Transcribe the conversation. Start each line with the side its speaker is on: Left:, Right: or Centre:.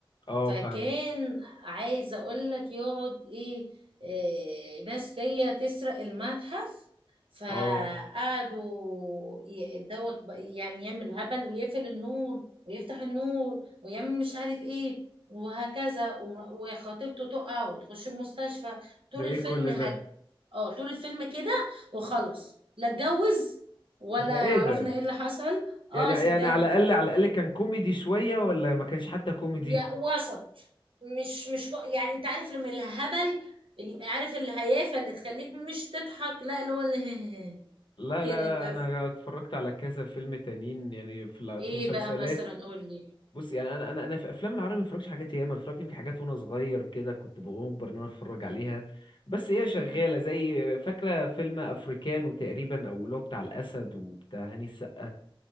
Left: اه
Right: فكان
Left: فاهمك
Right: عايز اقول لك يقعد ايه, إيه ناس جايه تسرق المتحف فقعدوا
Left: اه
Right: ي- الدوت بق- يعني يعمل هبل ويقفل النور ويفتح النور ويعمل مش عارف ايه وهكذا وم- وخطيبته تقع وتخش المستشفى طول
Left: ده ايه
Right: الفيلم
Left: كل
Right: هك
Left: ده
Right: اه طول الفيلم كده وخلاص لا اتجوز ولا
Left: ده ايه
Right: عرفنا
Left: ده
Right: ايه اللي حصل
Left: يعني
Right: اه
Left: يعني
Right: صدقني
Left: على الاقل على الاقل كان كوميدي شوية ولا ما كانش حتى كوميدي
Right: يا وسط مش مش ك- يعني انت عارف لما الهبل ال- عارف الهيافه اللي تخليك مش تضحك لا اللي هو اللي <laughs>
Left: لا
Right: كده
Left: لا لا
Right: تف
Left: انا اتفرجت على كذا فيلم تانيين يعني في ال-
Right: ايه
Left: في مسلسلات
Right: بقى مثلا قول لي
Left: بص يعني انا انا انا في افلام العربي ما اتفرجتش حاجات ياما اتفرجت يمكن حاجات وانا صغير كده كنت بأجبر ان انا اتفرج عليها بس هي
Right: مم.
Left: شغاله زي فاكره فيلم افريكانو تقريبا او اللي هو بتاع الاسد وبتاع هاني السقا